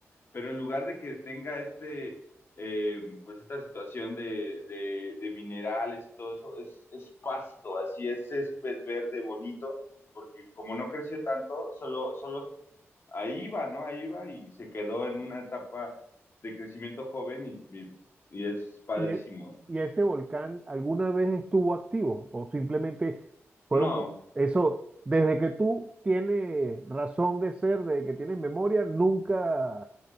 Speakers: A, on the left (about 50°); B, on the right (about 20°).
A: pero en lugar de que tenga este, eh, pues esta situación de, de, de, minerales y todo eso, es, es pasto, así es césped verde bonito, porque como no creció tanto, solo, solo ahí va, ¿no? Ahí va y se quedó en una etapa de crecimiento joven y, y, y es padrísimo.
B: ¿Y, el- y ese volcán alguna vez estuvo activo o simplemente fueron...
A: No,
B: Eso, desde que tú tienes razón de ser, desde que tienes memoria, nunca